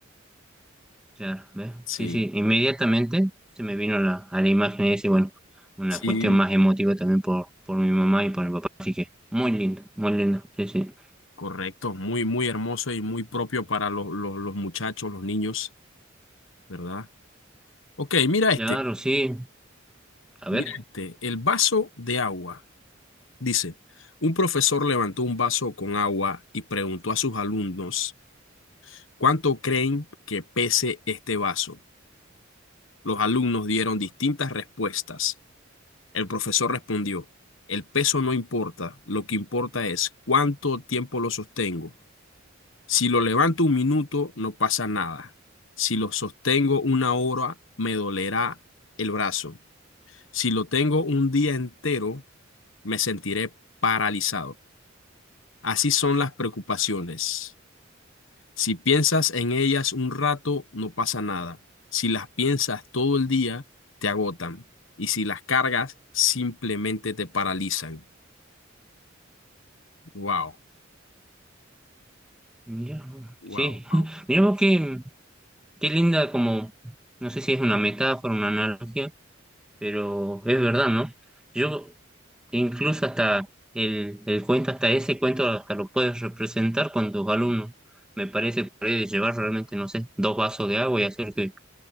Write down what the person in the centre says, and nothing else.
Claro, ¿ves?
Sí, sí, inmediatamente se me vino la, a la imagen ese, bueno, una
cuestión más emotiva también por, por mi mamá y por mi papá, así que muy lindo, muy lindo, sí, sí.
Claro, sí, a
ver,
mira,
sí, <laughs>
mira vos qué, qué linda como, no sé si es una metáfora, una analogía, pero es verdad, ¿no? Yo incluso hasta el, el cuento, hasta ese cuento hasta lo puedes representar con tus alumnos, me parece, por ahí de llevar realmente, no sé, dos vasos de agua y hacer que